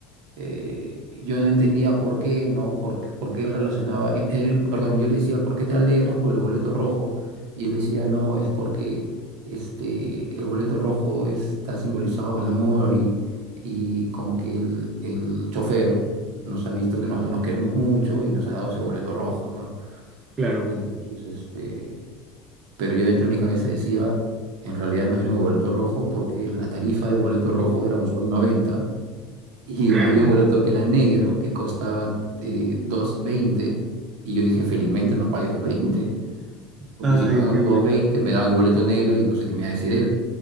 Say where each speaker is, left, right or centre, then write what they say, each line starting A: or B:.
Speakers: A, on the right; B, on the right.
A: eh, yo no entendía por qué, ¿no? Por, qué por qué él relacionaba, y él- perdón, yo le decía, ¿por qué te alegras por el boleto rojo? Y él decía, no, es porque este, el boleto rojo está simbolizado al amor y, y como que el, el chofer nos ha visto que nosotros nos queremos mucho y nos ha dado ese boleto rojo, ¿no?
B: claro.
A: Entonces, este, pero yo dentro de mi cabeza decía, en realidad nos dieron el boleto rojo porque la tarifa del boleto rojo era un sol 90 y
B: <laughs>
A: había un boleto que era negro, que costaba eh, dos veinte y yo dije, felizmente no pagué dos veinte porque
B: Ay,
A: si pagaba
B: qué
A: Claro.
B: buena.
A: dos veinte me daban el boleto negro y no sé qué me iba a decir él.